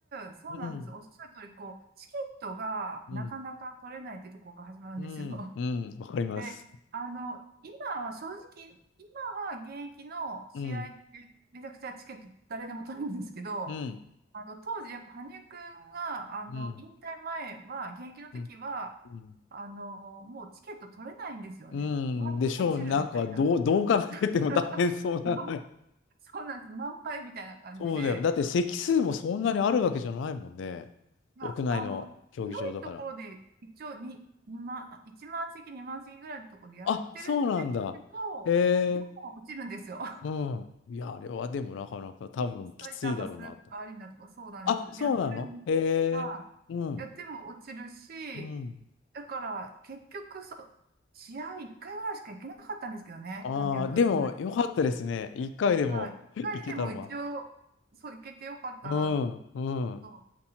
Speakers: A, on the right (about 50°); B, on the left (about 65°).
A: ず、そうなんです。
B: うん。
A: おっしゃる通り、こう、チケットがなかなか取れないってとこが始まるんですよ。
B: うん。うん。うん。わかります。
A: で、あの、今は正直、今は現役の試合ってめちゃくちゃチケット誰でも取れるんですけど、
B: うん。うん、
A: あの、当時やっぱ羽生くんが、あの、
B: うん、
A: 引退前は、現役の時は、
B: うん、うん、
A: あの、もうチケット取れないんですよね。
B: うんでしょう。
A: まず落ちるみたいな。
B: なんか、どう、どう考えても大変そうな。
A: <laughs> ま
B: <laughs>
A: そうなんです。満杯みたいな感じで、
B: そうだよ。だって席数もそんなにあるわけじゃないもんね。
A: まあの、
B: 屋内の競技場だから。
A: 広いところで一応に2万、1万席、2万席ぐらいのところでやってるんですけど、
B: あ、そうなんだ。へえ、
A: でも落ちるんですよ。
B: うん。いや、あれはでもなかなか多分きついだろうなと。
A: うん埼玉スーパーアリーナとかそうなんです。
B: あ、そうなのへえ、
A: やってるん、はい。
B: うん、
A: やっても落ちるし、
B: うん。
A: だから結局そう、試合1回ぐらいしか行けなかったんですけどね、
B: ああ、
A: 羽生くん。
B: でもよかったですね。一回でも
A: はい。1回でも一応、
B: <laughs> 行けたのは。
A: そう、行けてよかったな
B: うん、うん。
A: と。